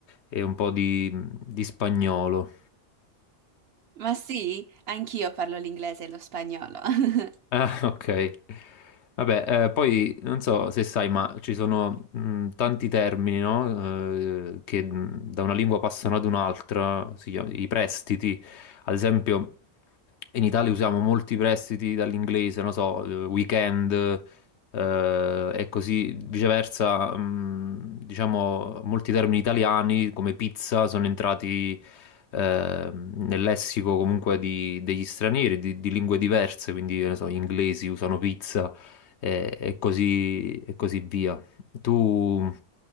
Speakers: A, on the left; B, on the right.
A: e un po' di mm, di spagnolo.
B: Ma sì, anch'io parlo l'inglese e lo spagnolo. <laughs>
A: Ah, ok. Vabbè, eh, poi non so se sai, ma ci sono mh, tanti termini, no? Eh, che mh, da una lingua passano ad un'altra, si chiam- i prestiti. Ad esempio, in Italia usiamo molti prestiti dall'inglese, non so, eh, weekend eh, e così viceversa, mh, diciamo, molti termini italiani come pizza sono entrati eh, nel lessico comunque di- degli stranieri, di, di lingue diverse, quindi, che ne so, gli inglesi usano pizza e, e così, e così via. Tu